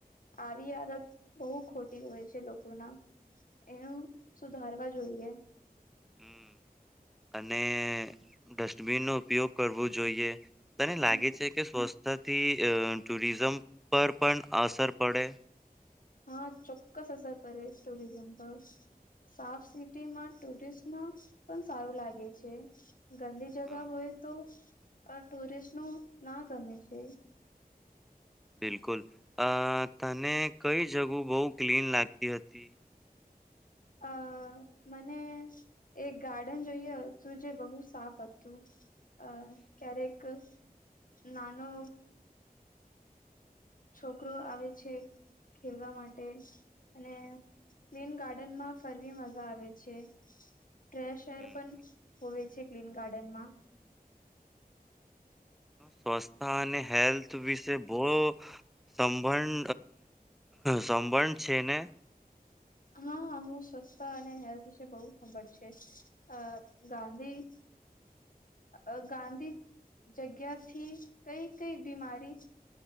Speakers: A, on the left (about 60°); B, in the centre.
A: આવી આદત બહુ ખોટી હોય છે લોકોના એનું સુધારવા જોઈએ
B: હમ અને ડસ્ટબિનનો ઉપયોગ કરવો જોઈએ તને
A: હમ
B: લાગે છે કે સ્વચ્છતાથી ટુરિઝમ પર પણ અસર પડે
A: હા ચોક્કસ અસર કરે ટુરિઝમ પર સાફ સિટીમાં ટુરિસ્ટ ન પણ સારું લાગે છે, ગંદીજગા
B: હમ,
A: હોય તો ટુરિસ્ટ નું ના ગમે છે
B: બિલકુલ તને કઈ જગું બહુ ક્લીન લાગતી હતી
A: અ મને એક ગાર્ડન જોયું હતું જે બહુ સાફ હતું અ ક્યારેક નાનો છોકરો આવે છે ખેલવા માટે અને ક્લીન ગાર્ડનમાં ફરવી મજા આવે છે ફરેશ એર
B: હમ.
A: પણ હોવે છે, ક્લીન ગાર્ડનમાં
B: સ્વસ્થા અને હેલ્થ વિશે બો સંભળ સંભળ છે, ને
A: હ હ હું સ્વસ્થ અને હેલ્થ વિશે બો સાભળ છે, અ ગાંધી અ ગાંધી જગ્યાથી કઈ કઈ બીમારી